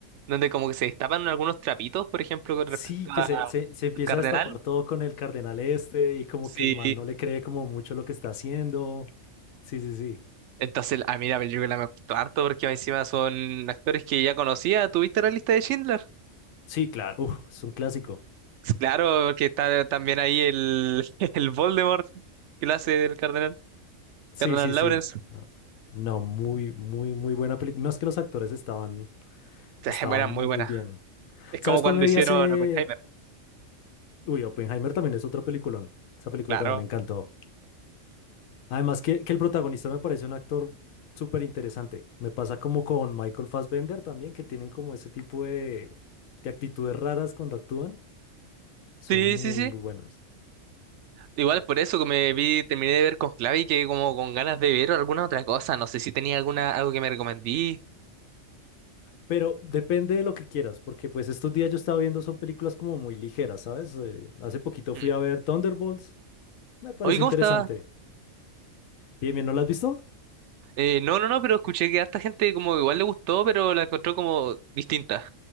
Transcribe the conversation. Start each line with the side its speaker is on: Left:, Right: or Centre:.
Right: donde como que se destapan algunos trapitos, por ejemplo, con
Left: Sí,
Right: respecto
Left: que
Right: a-
Left: se, se, se empieza
Right: al cardenal.
Left: a destapar todo con el cardenal este y como
Right: Sí,
Left: que el mal no le cree como mucho lo que está haciendo. Sí, sí, sí.
Right: entonces a mí la película me gustó harto porque encima son actores que ya conocía. ¿Tuviste la lista de Schindler?
Left: Sí, claro, uf, es un clásico.
Right: <laughs> Claro, porque está también ahí el, <laughs> el Voldemort que lo hace el cardenal,
Left: Sí,
Right: cardenal
Left: sí, sí.
Right: Lawrence.
Left: No, no, muy, muy, muy buena película. No es que los actores estaban,
Right: <laughs>
Left: estaban
Right: eran muy
Left: muy,
Right: buenas
Left: muy bien.
Right: Es como
Left: ¿Sabes
Right: cuando
Left: cuál me
Right: hicieron
Left: vi hace?
Right: Oppenheimer,
Left: Uy, Oppenheimer también es otro peliculón. Esa película
Right: claro.
Left: también me encantó. Además que, que el protagonista me parece un actor súper interesante. Me pasa como con Michael Fassbender también, que tienen como ese tipo de, de actitudes raras cuando actúan. Son
Right: Sí,
Left: muy,
Right: sí, sí.
Left: muy buenos.
Right: Igual por eso que me vi, terminé de ver con Clavi que como con ganas de ver alguna otra cosa. No sé si tenía alguna, algo que me recomendí.
Left: Pero depende de lo que quieras, porque pues estos días yo estaba viendo son películas como muy ligeras, ¿sabes? Eh, hace poquito
Right: Mm.
Left: fui a ver Thunderbolts, me pareció
Right: Oye, ¿cómo
Left: interesante.
Right: estaba?
Left: Bien, bien, ¿no la has visto?
Right: Eh, no, no, no, pero escuché que a harta gente como igual le gustó, pero la encontró como distinta.